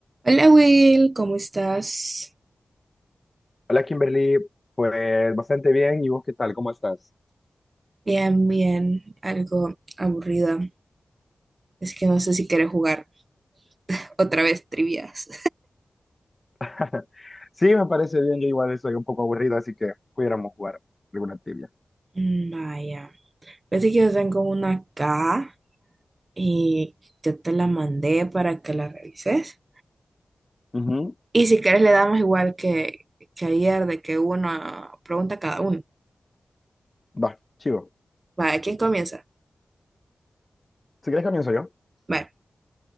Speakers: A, on the right (about 40°); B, on the left (about 25°).
A: Hola Will, ¿cómo estás?
B: Hola Kimberly, pues bastante bien. ¿Y vos qué tal? ¿Cómo estás?
A: Bien, bien, algo aburrida. Es que no sé si quieres jugar otra vez trivias.
B: <laughs> Sí, me parece bien. Yo igual soy un poco aburrido, así que pudiéramos jugar alguna trivia.
A: Mm, Vaya, parece que yo tengo una acá y yo te la mandé para que la revises.
B: Ujú.
A: Y si quieres le damos igual que, que ayer, de que una pregunta cada uno.
B: Va, chivo.
A: Vaya, ¿quién comienza?
B: Si querés comienzo yo.
A: Vale,